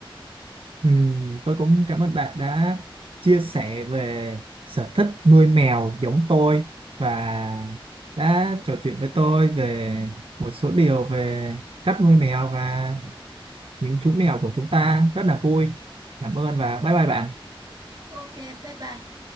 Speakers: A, on the right (about 70°); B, on the right (about 50°).
A: Ừ, tôi cũng cảm ơn bạn đã chia sẻ về sở thích nuôi mèo giống tôi và đã trò chuyện với tôi về một số điều về cách nuôi mèo và những chú mèo của chúng ta rất là vui. Cảm ơn và bye bye bạn.
B: Ok, bye bye.